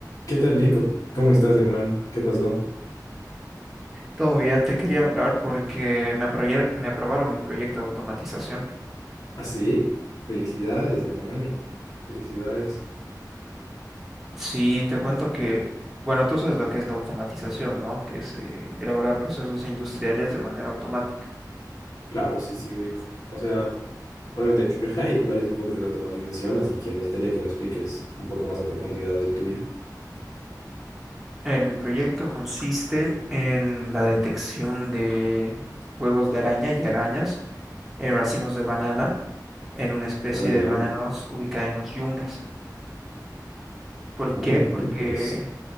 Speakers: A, on the left; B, in the centre.
A: ¿Qué tal, Nico? ¿Cómo estás, hermano? ¿Qué pasó?
B: Todo bien, te quería hablar porque me aproyer- me aprobaron mi proyecto de automatización.
A: ¿Ah, sí? Felicidades, hermano. Felicidades.
B: Sí, te cuento que, bueno, tú sabes lo que es la automatización, ¿no? Que es eh, elaborar procesos industriales de manera automática.
A: Claro, sí, sí, ubico. O sea, obviamente que <laughs> hay varios enfoques de la automatización, así que necesitaría que me expliques un poco más a profundidad del tuyo.
B: A ver, mi proyecto consiste en la detección de huevos de araña y arañas en racimos de banana en una especie
A: Ah, ya.
B: de bananos ubicada en los yungas. ¿Por
A: Ah,
B: qué? Porque
A: miércoles.